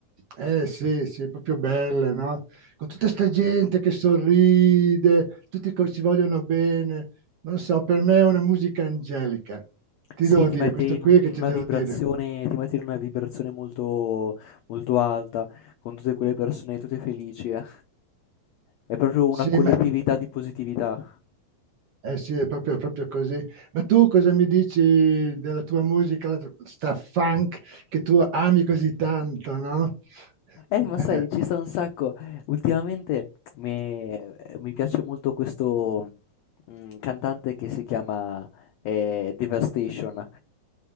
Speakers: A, on the right; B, on the left.
A: Eh sì, sì, proprio belle, no? Con tutta sta gente che sorride, tutti co- ci vogliono bene, non so, per me è una musica angelica ti
B: Sì,
A: devo
B: ti
A: dire,
B: mette
A: questo
B: in
A: qui
B: un
A: che
B: in
A: ti
B: una
A: devo
B: vibrazione
A: dire.
B: ti mette in una vibrazione molto molto alta, con tutte quelle persone tutte felici, eh. È proprio
A: Sì,
B: una collettività
A: ma
B: di positività.
A: eh sì, è proprio, proprio così. Ma tu cosa mi dici della tua musica, la, sta funk che tu ami così tanto, no?
B: Eh,
A: <laughs>
B: ma sai, ci sta un sacco. Ultimamente me- eh, mi piace molto questo mm, cantante che si chiama eh, Devastation